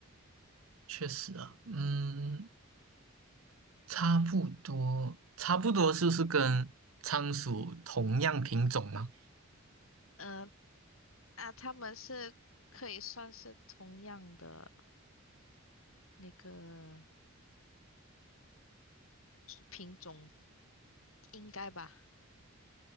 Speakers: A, on the right; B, on the left.
A: 确实啊，嗯，差不多，差不多是不是跟仓鼠同样品种吗？
B: 嗯、啊，它们是可以算是同样的那个品种，应该吧？